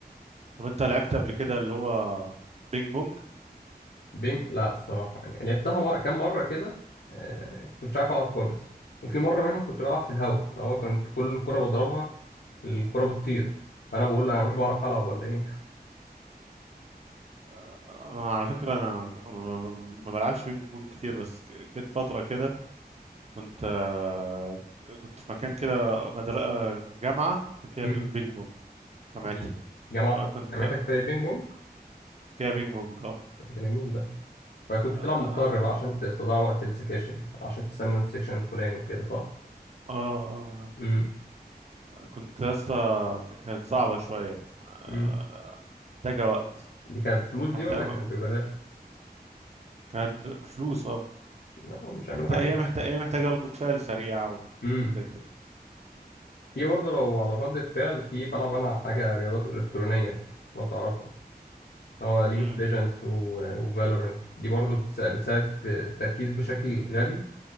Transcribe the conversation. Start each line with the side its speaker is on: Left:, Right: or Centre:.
Right: طب انت لعبت قبل كده اللي هو بينج بونج
Left: بينج لا الصراحه يعني لعبتها مر... كام مره كده آه... كنتش عارف العب خالص وفي مره منهم كنت بلعب في الهوا اللي هو كنت كل كره بضربها الكره بتطير فانا بقول لها انا مش بعرف العب ولا ايه
Right: آه، على فكرة أنا أنا ما ما بلعبش بينج بونج كتير بس جت فترة كده كنت آه، كنت في مكان كده مدرسة جامعة كان فيها
Left: <laughs> أمم،
Right: بي- بينج بونج جامعتي
Left: دي جماعه
Right: فكنت
Left: جامعتك في بينج بونج
Right: فيها بينج بونج اه
Left: طب ده جميل ده فكنت بتلعب
Right: اه
Left: مضطر بقى عشان تستضيع وقت السكاشن عشان تستنى في السكشن الفلاني وكده صح
Right: اه آه، يا عم.
Left: امم
Right: كنت يا اسطى ك- كانت صعبة شوية آه،
Left: امم
Right: محتاجة وقت
Left: دي كانت بفلوس
Right: محتاجة
Left: دي ولا كانت ببلاش
Right: كانت ب- بفلوس اه
Left: لا مش هيعملوا
Right: محتاجة
Left: حاجة
Right: هي
Left: ببلاش
Right: محتاجة هي محتاجة ردة فعل سريعة
Left: امم
Right: وزي كده
Left: في برضه لو على ردة فعل في بلعب أنا حاجة رياضات إلكترونية لو تعرفها اه ليج
Right: امم
Left: اوف ليجندز وفالورنت دي برضه بتسا- بتساعد في التركيز بشكل غبي